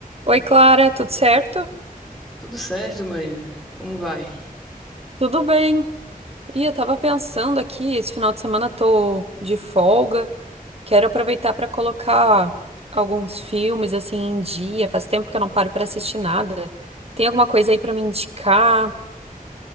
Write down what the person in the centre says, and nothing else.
Tudo certo, Mariana? Como vai?